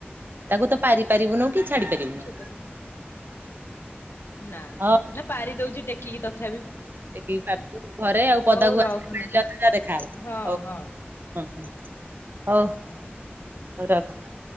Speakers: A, on the right; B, on the left.
A: ତାକୁ ତ ପାରି ପାରିବୁନୁ କି ଛାଡି ପାରିବୁନି।
B: ଛୋଟ ଛୋଟ ନା
A: ହଉ
B: ନା ପାରି ଦୋଉଚି ଟେକିକି ତଥାପି।
A: ଟେକିକି ପାରିଦୋବୁ ଘରେ ଆଉ ପଦାକୁ
B: ହଉ ରଖନା
A: ଆସିଲା ବେଳେ ଦେଖାହବ
B: ହଁ ହଁ
A: ଆଉ। <unintelligible>
B: ହଁ।
A: <unintelligible>